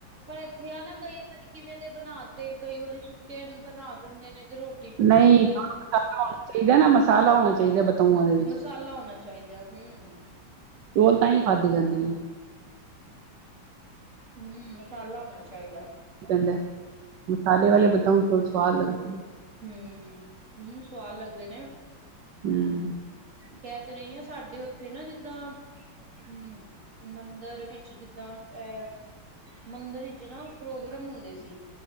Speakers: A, on the right; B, on the right.
A: ਪਰ ਐਥੇ ਆ ਨਾ ਕਈ ਵਾਰੀ ਕਿਵੇਂ ਦੇ ਬਣਾ 'ਤੇ ਕਈ ਵਾਰੀ ਸੁੱਕੇ ਬਣਾ ਦਿੰਦੇ ਨੇ 'ਤੇ ਰੋ
B: ਨਈ ਮਸਾਲਾ ਹੋਣਾ ਚਾਈਦਾ ਨਾ ਮਸਾਲਾ ਹੋਣਾ ਚਾਈਦਾ ਬਤਾਊਆ ਦੇ ਵਿੱਚ।
A: ਸਾਲਾ ਹੋਣਾ ਚਾਈਦਾ ਹੂੰ
B: ਚੌਲ ਤਾਂ ਈ ਖਾਧੇ ਜਾਂਦੇ ਨੇ।
A: ਹੂੰ ਮਸਾਲਾ ਹੋਣਾ ਚਾਈਦਾ।
B: ਓ ਕੈਂਦੈ, ਮਸਾਲੇ ਵਾਲੇ ਬਤਾਉ, ਚੋਲ ਸਵਾਦ ਲੱਗਦੇ ਨੇ।
A: ਹੂੰ, ਹੂੰ ਸਵਾਦ ਲੱਗਦੇ ਨੇ।
B: ਹੂੰ
A: ਕੈ ਤਾਂ ਰੀਆ ਸਾਡੇ ਉੱਥੇ ਨਾ ਜਿੱਦਾਂ ਹੂੰ ਮੰਦਰ ਵਿੱਚ ਜਿੱਦਾਂ ਐ, ਮੰਦਰ ਵਿਚ ਨਾ ਪ੍ਰੋਗਰਾਮ ਹੁੰਦੇ ਸੀ,